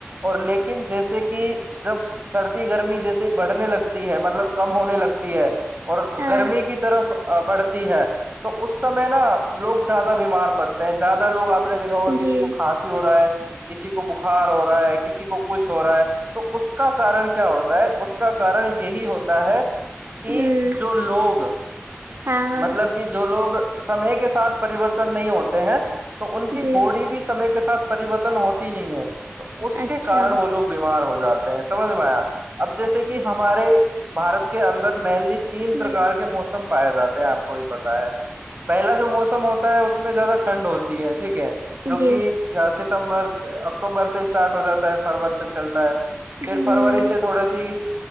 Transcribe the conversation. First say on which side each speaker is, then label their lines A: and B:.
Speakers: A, on the right; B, on the right.
A: اور لیکن جیسے کہ جب سردی گرمی جیسے ہی بڑھنے لگتی ہے مطلب کم ہونے لگتی ہے اور
B: ہاں
A: گرمی کی طرف بڑھتی ہے تو غصے میں نہ لوگ زیادہ بیمار پڑتے ہیں زیادہ لوگ اپ دیکھا ہوگا کسی
B: جی
A: کو کھانسی ہو رہا ہے کسی کو بخار ہو رہا ہے کسی کو کچھ ہو رہا ہے تو اس کا کارن کیا ہوتا ہے کا کارن یہی ہوتا ہے کہ
B: ہمم
A: جو لوگ
B: ہاں ہاں
A: مطلب کہ جو لوگ سمے کے ساتھ پریورتن نہیں ہوتے ہیں تو ان کی
B: جی
A: باڈی بھی سمے کے ساتھ پریوررتن ہوتی ہی نہیں ہے اس
B: اچھا
A: کے کارن وہ لوگ بیمار ہوتے جاتے ہیں سمجھ میں آیا اب جیسے کہ ہمارے بارت کے اندر مینلی تین پرکار
B: جی
A: کے موسم پائے جاتے ہیں اپ کو یہ پتہ ہے پہلا جو موسم ہوتا ہے اس میں زیادہ ٹھنڈ ہوتی ہے ٹھیک ہے جو
B: جی
A: کہ ستمبر اکتوبر سے سٹارٹ ہو جاتا ہے فرور سے چلتا ہے پھر
B: ہ
A: فروری سے تھوڑی سی